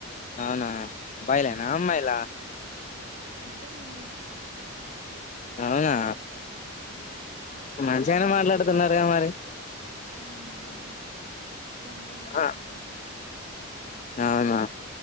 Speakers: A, on the left (about 35°); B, on the right (about 45°).
A: అవున అబ్బాయి లేనా
B: ఉమ్
A: అమ్మాయిలా
B: ఇద్దరండి
A: అవునా
B: ఉ
A: మంచిగానే మాట్లాడుతున్నారుగా మరి
B: అవునా అండి ధన్యవాదాలండి
A: హా అవునా